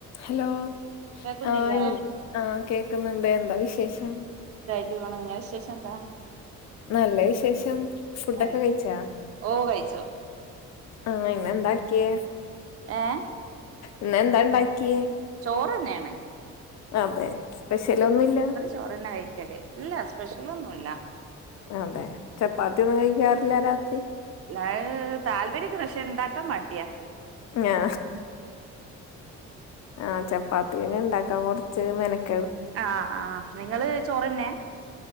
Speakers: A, on the left; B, on the right.
A: Hello
B: കേക്കുന്നില്ലേ
A: ആഹ ആഹ കേക്കുന്നുണ്ട് എന്താ വിശേഷം?
B: േ <unintelligible> ണ നിങ്ങ വിശേഷം എന്താ
A: നല്ല വിശേഷം ഫുഡൊക്കെ
B: ഏഹ്
A: കഴിച്ച
B: ഓ കഴിച്ചു
A: ആഹ ഇന്ന്ന്താക്കിയ.
B: ഏ.
A: ഇന്നെന്താ ണ്ടാക്കിയേ?
B: ചോറ് ന്നെയാണ്
A: അതെ പെഷലൊന്നുല്ല.
B: ചോറെന്നെ ഇല്ല സ്പെഷ്യൽ ഒന്നുല്ല
A: അതെ ചപ്പാത്തി ഒന്നും കഴിക്കാറില്ല രാത്രി
B: <inaudible> താല്പര്യൊക്കെണ് പക്ഷെ ണ്ടാക്കാം മടിആ
A: ആ ആ ചപ്പാത്തീനെ ണ്ടാക്കാം കൊർച്ച് മനക്
B: ആ അ നിങ്ങള് ചോറെന്നെ?